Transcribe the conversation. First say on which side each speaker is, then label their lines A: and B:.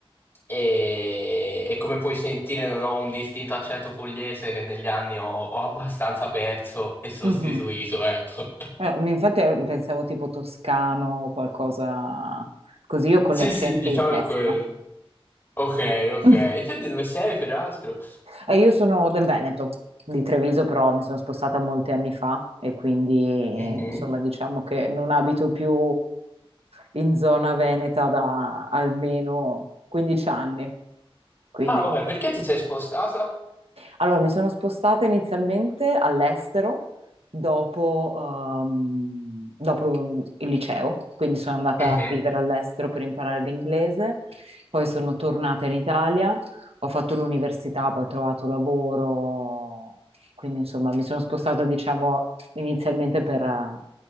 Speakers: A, on the left; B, on the right.
A: e, e come puoi sentire non ho un distinto accento pugliese che negli anni ho, ho abbastanza perso e sostituito,
B: Mhm.
A: ecco. <laughs>
B: Eh, mi- infatti eh, pensavo tipo toscano o qualcosa così, io con
A: Sì,
B: gli accenti
A: sì, diciamo
B: pessima.
A: è quello. Ok, ok.
B: <laughs>
A: E te di dove sei, peraltro?
B: E io sono del Veneto, di Treviso, però mi sono spostata molti anni fa e quindi eh,
A: Mhm.
B: insomma diciamo che non abito più in zona veneta da almeno 15 anni. Quindi
A: Ah, ok, perché ti sei spostata?
B: Allora, mi sono spostata inizialmente all'estero dopo, ehm, dopo il liceo, quindi sono andata
A: Mhm.
B: a vivere all'estero per imparare l'inglese, poi sono tornata in Italia, ho fatto l'università, poi ho trovato lavoro, quindi insomma mi sono spostata, diciamo, inizialmente per, eh,